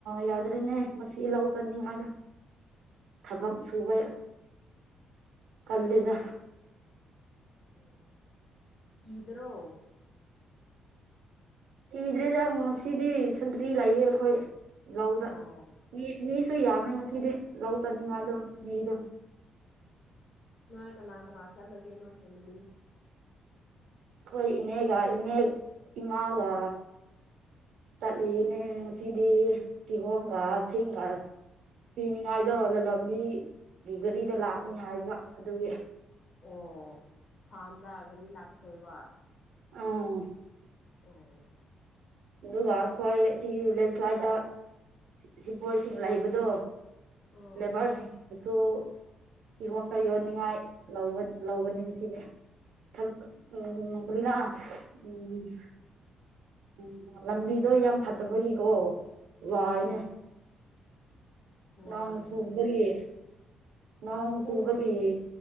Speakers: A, on the right (about 80°); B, on the left (about 60°).
A: ꯌꯥꯗ꯭ꯔꯦꯅꯦ ꯃꯁꯤ ꯂꯧ ꯆꯅꯤ ꯉꯥꯏꯔꯣ ꯊꯕꯛ ꯁꯨꯕꯩ ꯀꯜꯂꯤꯗ
B: ꯎꯝ ꯀꯤꯗ꯭ꯔꯣ
A: ꯀꯤꯗ꯭ꯔꯦꯗ ꯉꯁꯤꯗꯤ ꯁꯟꯇ꯭ꯔꯤ ꯂꯩꯌꯦ ꯑꯩꯈꯣꯏ ꯂꯧꯗ
B: ꯑꯣ
A: ꯃꯤ ꯃꯤꯁꯨ ꯌꯥꯝꯃꯤ ꯉꯁꯤꯗꯤ ꯂꯧ ꯆꯠꯅꯤꯡꯉꯥꯏꯗꯣ ꯃꯤꯗꯣ
B: ꯅꯣꯏ ꯀꯅꯥ ꯀꯅꯥ ꯆꯠꯂꯒꯦ ꯅꯣꯏ ꯐꯦꯃꯤꯂꯤ
A: ꯑꯩꯈꯣꯏ ꯏꯅꯦꯒ ꯏꯅꯦ ꯏꯃꯥꯒ ꯆꯠꯂꯤꯅꯦ ꯉꯁꯤꯗꯤ ꯀꯤꯍꯣꯝꯒ ꯁꯤꯡꯒ ꯄꯤꯅꯤꯡꯉꯥꯏꯗꯣ ꯂꯂꯣꯟꯕꯤꯒꯤ ꯒꯥꯔꯤꯗ ꯂꯥꯛꯄꯅꯤ
B: ꯑꯣ
A: ꯍꯥꯏꯕ ꯑꯗꯨꯒꯤ
B: ꯑꯣ ꯐꯥꯝꯗ ꯒꯥꯔꯤ ꯂꯥꯛꯀꯗꯣꯏꯕ
A: ꯑꯧ
B: ꯑꯣ
A: ꯑꯗꯨꯒ ꯑꯩꯈꯣꯏ ꯁꯤ ꯂꯦꯟꯁ꯭ꯂꯥꯏꯠꯇ ꯁꯤ ꯁꯤꯐꯣꯏꯁꯤꯡ ꯂꯩꯕꯗꯣ
B: ꯑꯣ
A: ꯂꯦꯕꯔꯁꯤꯡꯅꯁꯨ ꯏꯍꯣꯝꯗ ꯌꯣꯟꯅꯤꯡꯉꯥꯏ ꯂꯧꯒ ꯂꯧꯒꯅꯤ ꯁꯤꯅꯦ ꯊꯝ ꯑꯥ ꯎꯝ <unintelligible> ꯎꯝ ꯎꯝ ꯂꯝꯕꯤꯗꯣ ꯌꯥꯝ ꯐꯠꯇꯕꯒꯤꯀꯣ ꯋꯥꯏꯅꯦ
B: ꯎꯝ ꯋꯥꯔꯝꯒꯅꯤ
A: ꯅꯣꯡ ꯁꯨꯕꯒꯤ ꯅꯣꯡꯆꯨꯕꯥꯒꯤ
B: ꯄꯨꯡ